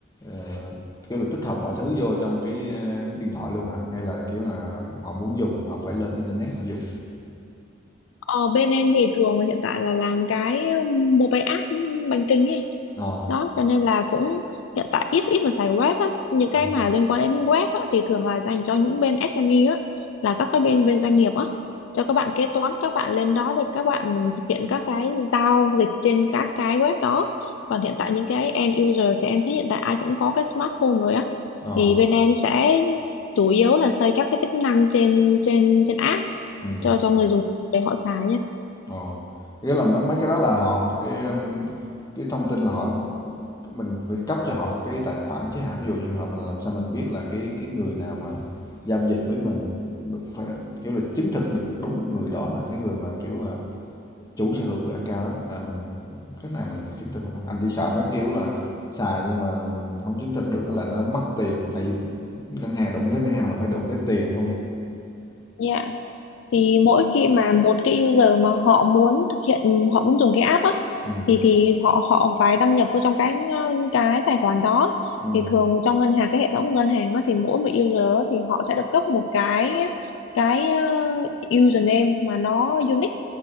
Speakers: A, on the left; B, on the left.
A: ờ, kiểu là, tích hợp mọi thứ vô trong cái, a, điện thoại luôn hả? Hay là, kiểu là, họ muốn dùng thì họ phải lên internet họ dùng?
B: Ờ, bên em thì thường là hiện tại là làm cái um, mobile app bánh kính ấy.
A: Ờ,
B: Đó, cho nên là cũng hiện tại ít ít mà xài web á. Những cái
A: ừm,
B: mà liên quan đến web á, thì thường là dành cho những bên SME á, là các cái bên bên doanh nghiệp á. Cho các bạn kế toán, các bạn lên đó để các bạn thực hiện các cái giao dịch trên các cái web đó. Còn hiện tại những cái end user thì em thấy hiện tại ai cũng có cái smartphone rồi á.
A: ờ,
B: Thì bên em sẽ chủ yếu là xây các cái tính năng trên trên trên app
A: ừm.
B: cho cho người dùng để họ xài nha
A: Ồ, nghĩa là mấy mấy cái đó là họ phải ừm, cái thông tin là họ mình phải cấp cho họ một cái tài khoản chứ hả? Ví dụ trường hợp là làm sao mình biết là cái cái người nào mà giao dịch với mình đ- phải kiểu là chứng thực được đúng người đó là cái người mà kiểu là chủ sở hữu của account đó là mình, mình cách nào mình chứng thực không? ta? Anh thì sợ mấy kiểu là xài nhưng mà mình không chứng thực được là nó mất tiền tại vì ngân hàng đụng tới ngân hàng là phải đụng tới tiền không à.
B: yeah. thì mỗi khi mà một cái user mà họ muốn thực hiện họ muốn dùng cái app á
A: Ừ.
B: thì thì họ họ phải đăng nhập vào trong cái ờ, cái tài khoản đó
A: Ừ.
B: thì thường trong ngân hàng cái hệ thống ngân hàng á, thì mỗi một user á, thì họ sẽ được cấp một cái cái ờ, username mà nó unique